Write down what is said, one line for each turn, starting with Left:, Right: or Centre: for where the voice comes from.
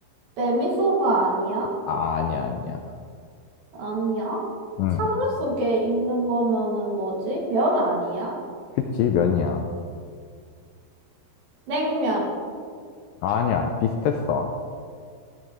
Right: 메미소바 아니야?
Left: 아, 아니야, 아니야.
Right: 아니야?
Left: 응,
Right: 찬물 속에 익는 거면은 뭐지? 면 아니야?
Left: 그치, 면이야.
Right: 냉면.
Left: 아, 아니야, 비슷했어.